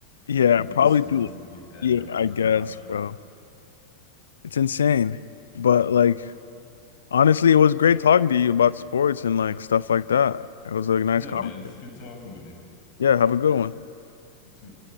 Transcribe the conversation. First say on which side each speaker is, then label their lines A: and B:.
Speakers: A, on the left (about 65°); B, on the left (about 40°).
A: Yeah,
B: and pull
A: probably
B: the strings
A: do.
B: to get that
A: Yeah,
B: number.
A: I guess,
B: I'm not sure.
A: bro. It's insane. But like honestly, it was great talking to you about sports and like stuff like that. It was a nice
B: Yeah,
A: conversation.
B: man, it's good talking with you.
A: Yeah, have a good one.
B: You too.